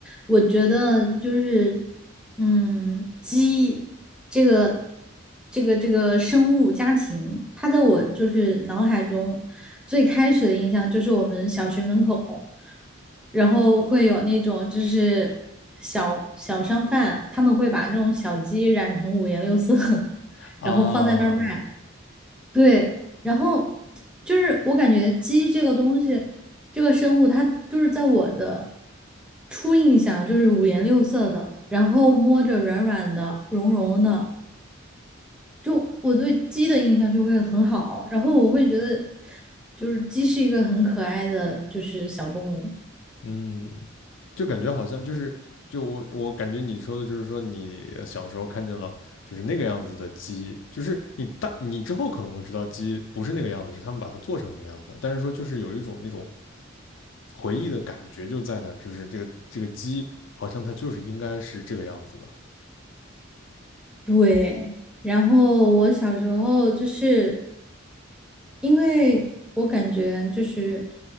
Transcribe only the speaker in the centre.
我觉得就是，嗯，鸡这个这个这个生物家禽，它在我就是脑海中最开始的印象就是我们小学门口，然后会有那种就是小小商贩，他们会把那种小鸡染成五颜六色，<laughs>
然后放在那儿卖。
对，然后就是我感觉鸡这个东西，这个生物，它就是在我的初印象就是五颜六色的，然后摸着软软的、绒绒的，就我对鸡的印象就会很好，然后我会觉得就是鸡是一个很可爱的就是小动物。
对，然后我小时候就是因为我感觉就是